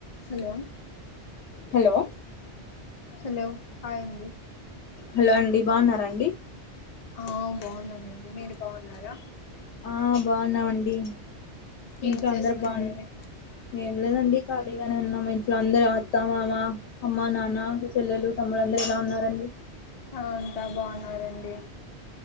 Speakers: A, on the left (about 45°); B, on the left (about 80°).
A: Hello
B: hello
A: hello hi అండి
B: hello అండి బాగున్నారండీ
A: ఆ బాగున్నానండి మీరు బాగున్నారా
B: ఆ బాగున్నామండి ఇంట్లో
A: ఏం చేస్తున్నారండి
B: అందరు బాగు ఏం లేదండి కాళిగా నే ఉన్నాము ఇంట్లో అందరూ అత్త మామ అమ్మ నాన్న చెల్లెలు తమ్ములు అందరూ ఎలా ఉన్నారండి
A: ఆ అంతా బాగున్నారండి